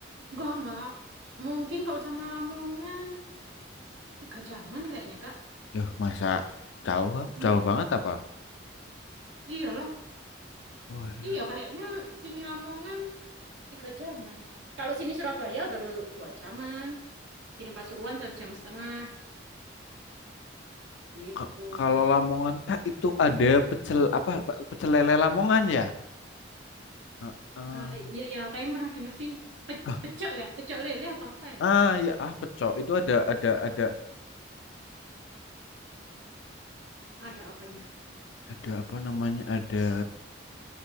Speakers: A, on the right; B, on the left.
A: enggak, enggak. Mungkin kalau sama Lamongan tiga jaman kayaknya, Kak.
B: Yuh, masa jauh
A: Mm-mm.
B: jauh banget apa?
A: Iyalah,
B: Walah.
A: iya kayaknya sini Lamongan tiga jaman. Kalau sini Surabaya baru dua jaman, sini Pasuruan satu jam setengah gitu.
B: Ka- Kalau Lamongan tak itu ada pecel apa pecel lele Lamongan ya? Heeh.
A: Ah, iya ya, kayaknya pernah denger sih. Pe-
B: Ah
A: pecok ya, pecok lele apa apa ya?
B: ah, ya ah pecel itu ada ada ada
A: Ada apanya?
B: ada apa namanya ada